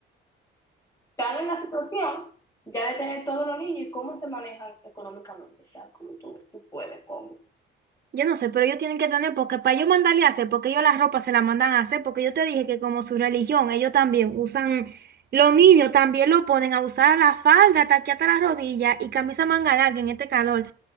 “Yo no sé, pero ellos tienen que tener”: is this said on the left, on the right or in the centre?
Right